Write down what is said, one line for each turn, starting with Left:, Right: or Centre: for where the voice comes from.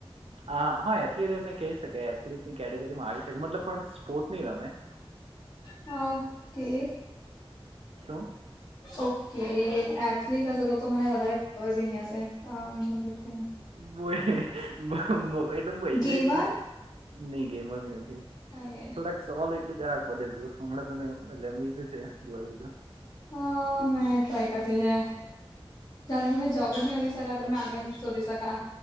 Right: હ હા એથ્લીટ એને કહી શકે એથલીટ ની કેટેગરીમાં આવી શકે મતલબ પણ સ્પોર્ટ નહી રમે.
Left: હ ઓકે.
Right: શું?
Left: ઓકે એથલિક હશે તો તો મને વધારે ખબર બી ની હશે <unintelligible>
Right: બો એટલે બો <unintelligible>
Left: ગેમર
Right: નહી ગેમર બી નથી.
Left: ઓકે
Right: થોડાક સવાલ એટલે જરાક બદલ તું હમણાં તો ને એટલે અઝ છે જોવા જઈજ.
Left: હ મેં ટ્રાય કરતી છે. જારે મેં જોબ જ ની હોધી શકા તો મેં આગળ ની શોધી શકા.